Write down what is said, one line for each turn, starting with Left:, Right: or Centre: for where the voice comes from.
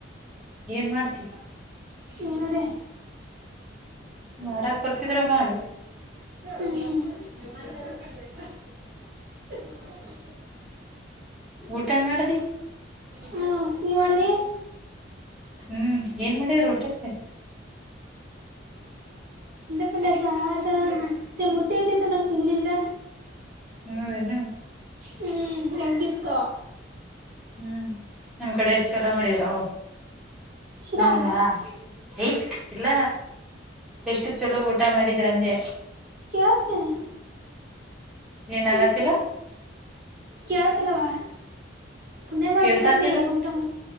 Centre: ಏನ್ ಮಾಡ್ತಿ
Right: ಏನಾರ
Centre: ಮಾಡಕ್ ಬರ್ತಿದ್ರ ಮಾಡು
Right: ಹ್ಮ್ <unintelligible>
Centre: ಊಟ ಮಾಡ್ದಿ
Right: ಹ ನೀ ಮಾಡಿದಿ
Centre: ಹ್ಮ್ ಏನ್ ಮಾಡಿದ್ರ ಊಟಕ್ಕೆ
Right: ಅಲ್ಲ ಸ ಮತ್ತೆ ಮುಂದೆ ಐತಿತ್ತು ನಂಂಗ ಸಿಗ್ಲಿಲ್ಲ
Centre: ಹೌದೇನ್ನು
Right: ಹ್ಮ್ ಹೆಗಿತ್ತ
Centre: ಹ್ಮ್ ನಮ್ ಕಡೆ ಎಷ್ಟು ಚಲೋ ಮಾಡಿದ್ರ
Right: ಶಿರಾ
Centre: ನಂದ ಏ ಇಲ್ಲ ಎಷ್ಟು ಚೊಲೋ ಊಟ ಮಾಡಿದ ಇದ್ರಂದೆ
Right: ಕೇಳ್ತನಾ
Centre: ಏನಾಗತಿಲ್ಲ
Right: ಹ್ಮ್ಮ್ ಕೇಳ್ತಿಲ್ಲವ್ವ ಪುಣ್ಯ ಮಾಡಿರ್ಬೇಕ್
Centre: ಕೇಳ್ಸಾತಿಲ್ಲ
Right: ನಿ ಅಂತ ಊಟ ಮಾಡ